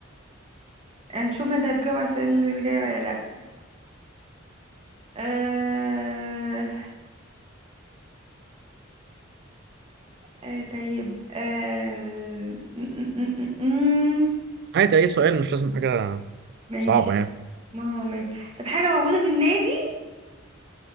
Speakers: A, on the right; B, on the right.
A: نشوف انت هتجاوب على السؤال اللي جاي ولا لا آه... آه... طيب آه... م- م- م- م- م.
B: عادي اي سؤال مش لازم حاجة
A: ماشي
B: صعبة يعني
A: ما هو ماشي طب حاجة موجودة في النادي